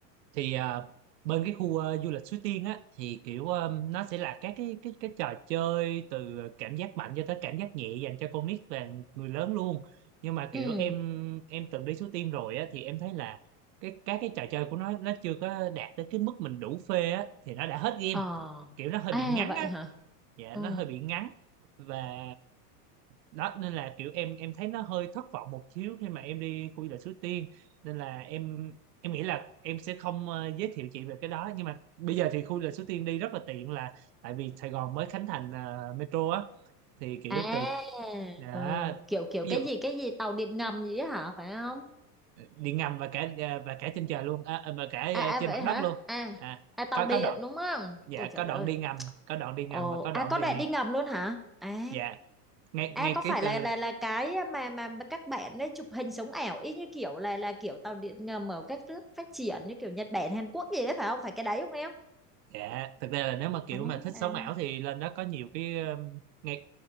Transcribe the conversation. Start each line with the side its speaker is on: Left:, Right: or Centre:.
Right: thì à, bên cái khu à, du lịch Suối Tiên á thì kiểu à, nó sẽ là các cái cái cái trò chơi từ cảm giác mạnh cho tới cảm giác nhẹ dành cho con nít và người lớn luôn nhưng mà kiểu
Centre: ừ
Right: em em từng đi Suối Tiên rồi á thì em thấy là cái các cái trò chơi của nó nó chưa có đạt tới cái mức mình đủ phê á thì nó đã hết game
Centre: ờ
Right: kiểu nó hơi
Centre: à
Right: bị ngắn
Centre: vậy
Right: á
Centre: hả
Right: dạ
Centre: ừ
Right: nó hơi bị ngắn và đó nên là kiểu em em thấy nó hơi thất vọng một xíu khi mà em đi khu du lịch Suối Tiên nên là em em nghĩ là em sẽ không ờ, giới thiệu chị về cái đó nhưng mà bây giờ thì khu du lịch Suối Tiên đi rất là tiện là tại vì Sài Gòn mới khánh thành ờ, metro á thì kiểu
Centre: à
Right: từ đã
Centre: ừ. kiểu kiểu
Right: ví
Centre: cái
Right: dụ
Centre: gì cái gì tàu điện ngầm gì á hả phải không
Right: ờ, đi ngầm và cả ờ, và cả trên trời luôn à, và cả
Centre: à
Right: ờ,
Centre: à
Right: trên
Centre: vậy
Right: mặt
Centre: hả
Right: đất luôn
Centre: à
Right: à
Centre: à tàu
Right: có
Centre: điện
Right: có đoạn
Centre: đúng không
Right: dạ
Centre: ôi trời
Right: có đoạn
Centre: ơi
Right: đi ngầm có đoạn đi ngầm
Centre: ồ
Right: và có đoạn
Centre: à có
Right: thì
Centre: đoạn đi ngầm luôn hả à
Right: dạ ngay
Centre: À
Right: ngay
Centre: có phải
Right: cái từ
Centre: là là là cái mà mà mà các bạn ấy chụp hình sống ảo y như kiểu là là kiểu tàu điện ngầm ở các nước phát triển như kiểu Nhật Bản, Hàn Quốc gì đấy phải không? Phải cái đấy không em?
Right: Dạ, thực ra là nếu mà kiểu
Centre: À.
Right: mà thích
Centre: à.
Right: sống ảo thì lên đó có nhiều cái um, ngay